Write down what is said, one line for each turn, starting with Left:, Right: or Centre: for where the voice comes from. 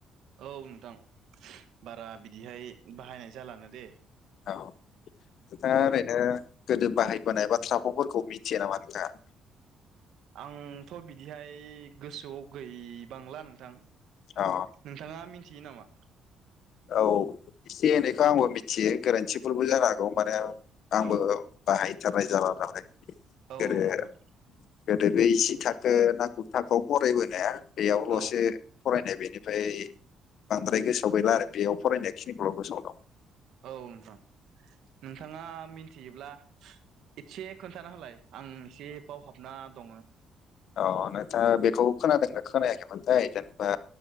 Right: औ नोंथां बारा बिदिहाय बाहायनाय जालानो दे।
Left: औ नोंथाङा ओरैनो गोदो बाहायबोनाय बाथ्राफाव'फोरखौ मिथियो नामा नोंथाङा?
Right: आंथ' बिदिहाय गोसोआव गैबांला नोंथां।
Left: अ
Right: नोंथाङा मिथियो नामा?
Left: औ एसे एनैखौ आंबो मिथियो गोरोन्थिफोरबो जानो हागौ माने आंबो
Right: औ
Left: बाहायथारनाय जाला नालाय।
Right: औ
Left: गोदो
Right: औ नोंथां।
Left: गोदो बे जि थाखो ना गुर थाखोआव फरायबोनाया बेयावल'सो
Right: औ
Left: फरायनाय बेनो। ओमफ्राय बांद्राय गोसोआव गैला आरो बेयाव फरायनाय खिनिखौल' गोसोआव दं।
Right: औ नोंथां नोंथाङा मिन्थियोब्ला एसे खोन्थाना हालाय आं एसे बावहाबना दङो।
Left: अ नोंथा बेखौ खोनादोंनो खोनायाखैमोनथाय जेनेबा